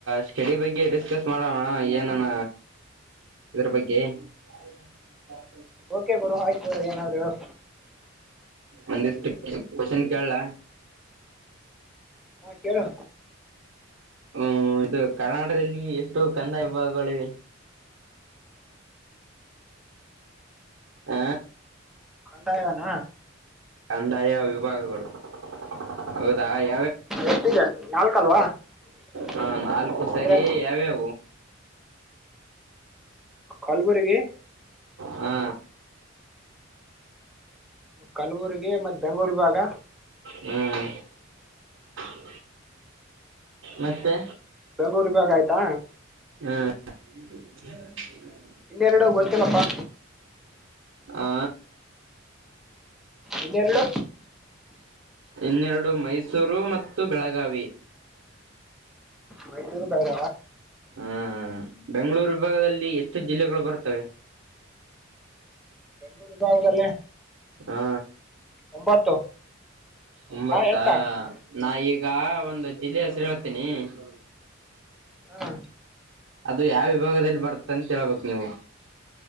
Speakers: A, on the right; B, in the centre.
A: ಸ್ಟಡಿ ಬಗ್ಗೆ ಡಿಸ್ಕಸ್ ಮಾಡಣ ಏನಾನ ಇದ್ರ ಬಗ್ಗೆ <unintelligible>
B: ಓಕೆ ಗುರು ಆಯ್ತು ಹ ಏನಾದ್ರರು
A: ಒಂದಿಷ್ಟು ಕ್ವಶನ್ ಕೇಳಲ
B: ಹಾ ಕೇಳು.
A: ಹ್ಮ ಇದು ಕರ್ನಾಟಕದಲ್ಲಿ ಎಷ್ಟು ಕಂದ ವಿಭಾಗಗಳಿವೆ ಹ.
B: ಕಂಡ ಇವಾನ.
A: ಕಂದಾಯ ವಿಭಾಗಗಳುಗಳು ಹೌದಾ <unintelligible>
B: ಎತ್ತಿಗೆ ಉಂಟು ನಾಲ್ಕಲ್ವಾ <unintelligible>
A: ಹಾ ನಾಲ್ಕು ಹ ಸರಿ
B: ಅಂದ್ರೆ
A: ಯ ಅವವು
B: ಕಲ್ಬುರ್ಗಿ
A: ಹಾ
B: ಕಲ್ಬುರ್ಗ ಮತ್ತ ಬೆಂಗಳೂರ ವಿಭಾಗ
A: ಹ್ಮ್ <unintelligible> ಮತ್ತೆ
B: ಬೆಂಗಳೂರಿಗೆ ವಿಬಾಗ ಆಯ್ತಾ
A: ಹಾ
B: ಇನ್ನೆರೆಡು ಗೊತ್ತಿಲ್ಲಪ್ಪಾ
A: ಆ
B: ಇನ್ನೆರಡು
A: ಇನ್ನೆರಡು ಮೈಸೂರು ಮತ್ತು ಬೆಳಗಾವಿ
B: ಮೈಸೂರ್ ದಾಗ
A: ಹಾ ಹಾ ಬೆಂಗಳೂರು ವಿಭಾಗದಲ್ಲಿ ಎಷ್ಟು ಜಿಲ್ಲೆಗಳು ಬರ್ತವೆ
B: ನಿಮ್ಮ ಭಾಗದಲ್ಲಿ
A: ಹಾ
B: ಒಂಬತ್ತು
A: ಒಂಬತ್ತಾ
B: ಎಂಟಾ ಹಾಂ
A: ನಾ ಈಗ ಒಂದು ಜಿಲ್ಲೆ ಹಸರು ಹೇಳ್ತೇನಿ <unintelligible>
B: ಹಾ
A: ಅದು ಯಾವ ವಿಭಾಗದಲ್ಲಿ ಬರ್ತ್ತ ಅಂತ ಹೇಳ್ಬೇಕು ನೀವು